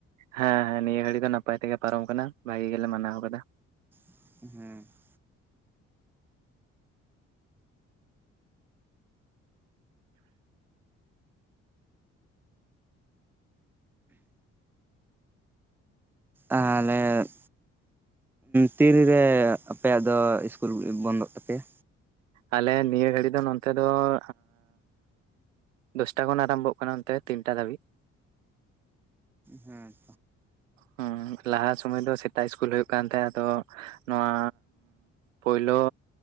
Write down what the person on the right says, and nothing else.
ᱦᱮᱸ ᱱᱤᱭᱟᱹ ᱜᱷᱟᱹᱲᱤ ᱫᱚ ᱱᱟᱯᱟᱭ ᱛᱮᱜᱮ ᱯᱟᱨᱚᱢ ᱠᱟᱱᱟ ᱵᱷᱟᱜᱤ ᱜᱮᱞᱮ ᱢᱟᱱᱟᱣ ᱠᱟᱫᱟ ᱾
ᱟᱞᱮ ᱱᱤᱭᱟᱹ ᱜᱷᱟᱹᱲᱤᱡ ᱫᱚ ᱱᱚᱛᱮ ᱫᱚ <inaudible> ᱫᱚᱥᱴᱟ ᱠᱷᱚᱱ ᱟᱨᱟᱢᱵᱚᱜ ᱠᱟᱱᱟ ᱚᱱᱛᱮ ᱛᱤᱱᱴᱟ ᱫᱷᱟᱹᱵᱤᱡ
ᱦᱩᱸ ᱞᱟᱦᱟ ᱥᱩᱢᱟᱹᱭ ᱫᱚ ᱥᱮᱛᱟᱜ ᱤᱥᱠᱩᱞ ᱦᱳᱭᱳᱜ ᱠᱟᱱ ᱛᱟᱦᱮᱸᱜ ᱟᱫᱚ ᱱᱚᱣᱟ ᱯᱳᱭᱞᱳ